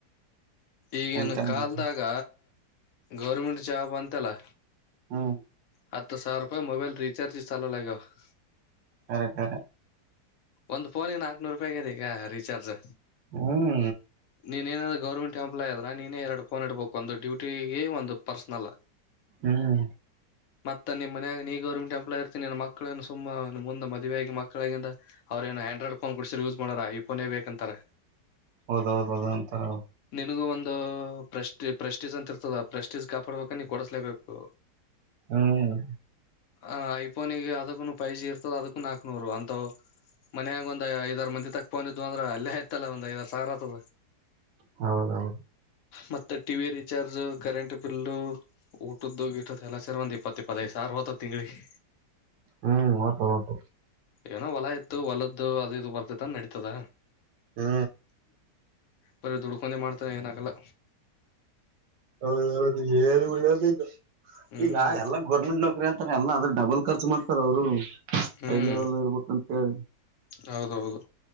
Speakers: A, on the left; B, on the right.
A: ಈಗನ್
B: ಚಂತನ
A: ಕಲ್ದಾಗ ಗೌರ್ಮೆಂಟ್ ಜಾಬ್ ಅಂತ ಇತಲ್ಲ
B: ಹ್ಮ
A: ಹತ್ತು ಸಾವಿರ ರೂಪಾಯಿ ಮೊಬೈಲ್ ರೀಚಾರ್ಜ್ <unintelligible>
B: ಅರಿ ಸರಿ
A: ಒಂದು ಫೋನಿಗೆ ನಾಕ್ನೂರು ರೂಪಾಯಗದೆ ಈಗ ರೀಚಾರ್ಜ್
B: ಹ್ಮ್
A: ನೀನ್ ಏನಾದ್ರೂ ಗೌರ್ಮೆಂಟ್ ಎಂಪ್ಲಾಯ್ ಅದ್ರ ನೀನೇ ಎರಡು ಫೋನ್ ಇಡ್ಬೇಕು ಒಂದು ಡೂಟಿಗೆ ಒಂದು ಪರ್ಸ್ನಲ್
B: ಹ್ಮ್
A: ಮತ್ತ ನಿಮ್ಮ ಮನ್ಯೆಯಾಗ ನೀ ಗೌರ್ಮೆಂಟ್ ಎಂಪ್ಲಾಯಿ ಇರ್ತೀನಿ ನನ್ನ ಮಕ್ಕ್ಕಳೇಏನು ಸುಮ್ಮಮ್ಮ ಮುಂದ ಮದುವೆಯಾಗಿ ಮಕ್ಕಳಗಂದ ಅವ್ರೇಏನ ಆಂಡ್ರಾಯ್ಡ್ ಫೋನ್ ಕುಡಸಿದ್ರ ಯೂಸ್ ಮಾಡಾರ ಐ ಫೋನೇ ಬೇಕ ಅಂತಾರ
B: ಹೌದೌದೌದು ಅಂತರ
A: ನಿನಗೂ ಒಂದು ಪ್ರೆಸ್ಟ ಪ್ರೆಸ್ಟೀಜ್ ಅಂತ ಇರ್ತದ ಪ್ರೆಸ್ಟೀಜ್ ಕಾಪಾಡ್ಬೇಕ ನೀ ಕೊಡಸ್ಲೇಬೇಕು
B: ಹ್ಮ್
A: ಆ ಐಫೋನಿಗೆ ಅದಕ್ಕೂ ಫೈಜಿ ಇರ್ತದ ಅದಕ್ಕೂ ನಾಕಕ್ನೂರು ಅಂತ್ ಮನ್ಯಾಗ ಒಂದ್ ಐದಾರು ಮಂದಿ ತಕ್ತ ಫೋನ್ ಇತ್ತು ಇದ್ ಅಂದ್ರೆ ಅಲ್ಲೇ ಎತ್ತಲ್ಲ ಒಂದ ಐದ <unintelligible> ಆತದ
B: ಹೌದೌದು
A: ಮತ್ತೆ T V recharge current bill ಊಟದ್ದ ಇಟ್ಟತ್ ಎಲ್ಲಾ ಸರಿ ಒಂದ್ ಇಪ್ಪತ್ತು ಇಪ್ಪತ್ತೈದು ಸಾವಿರ ಹೋತತಿ ತಿಂಗಳಿಗೆ
B: ಹ್ಮ್ ಓತ ಓತ
A: ಏನೋ ಹೊಲ ಇತ್ತು ಹೊಲದ್ದ ಇದು ಅದು ಇದು ಬರ್ತದ ನಡೀತದ
B: ಹ್ಮ್
A: ಬರೀ ದುಡ್ಕೊಂಡೆ ಮಾಡ್ತಾನ ಏನಾಗಲ್ಲ
B: ಹೌದೌದು <unintelligible>
A: ಹ್ಮ್
B: ಈಗ ಎಲ್ಲ ಗೋರ್ಮೆಂಟ್ ನೌಕರಿ ಅಂತಾರೆ ಎಲ್ಲ ಆದ್ರ ಡಬಲ್ ಖರ್ಚು ಮಾಡತ ಅವ್ರು
A: ಹ್ಮ್
B: ಹೈ ಲೆವೆಲ್ ಇರ್ಬೇಕಂತ ಹ್ಮ
A: ಹೌದೌದು